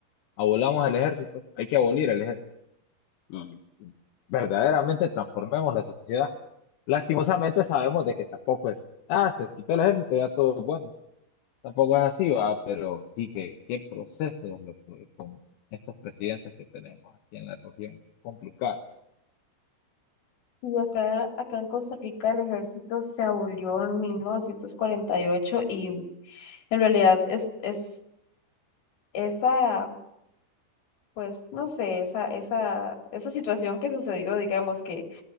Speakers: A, on the left; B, on the left.
A: abolamos el ejército, hay que abolir el ejército Mm, verdaderamente transformemos la sociedad. Lastimosamente sabemos de que tampoco es, ah, se quitó el ejército, ya todo es bueno. Tampoco es así, va, pero sí que qué proceso lo que- con estos presidentes que tenemos aquí en la región. Complicado.
B: y acá, acá en Costa Rica el ejército se abolió en 1948 y en realidad es, es esa pues no sé, esa, esa, esa situación que sucedió, digamos, que,